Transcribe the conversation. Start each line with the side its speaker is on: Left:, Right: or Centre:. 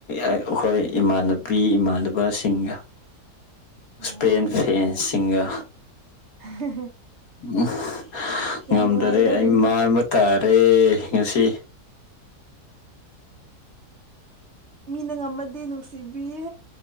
Left: ꯑꯩꯈꯣꯏ ꯏꯃꯥꯟꯅꯕꯤ ꯏꯃꯥꯟꯅꯕꯁꯤꯡꯒ
Right: <inaudible> ꯑꯣ
Left: ꯏꯁꯄꯦꯟ ꯐꯦꯟꯁꯁꯤꯡꯒꯥ
Right: <unintelligible>
Left: ꯎꯝ
Right: ꯌꯥꯝ
Left: ꯉꯝꯗꯔꯦ
Right: ꯅꯨꯡꯉꯥꯏꯀꯣ
Left: ꯑꯩ
Right: ꯅꯣꯏꯗꯨꯗꯤ
Left: ꯃꯥꯟꯕ ꯇꯥꯔꯦ ꯉꯁꯤ
Right: ꯃꯤꯅ ꯉꯝꯃꯗꯤ ꯅꯨꯡꯁꯤꯕꯤꯌꯦ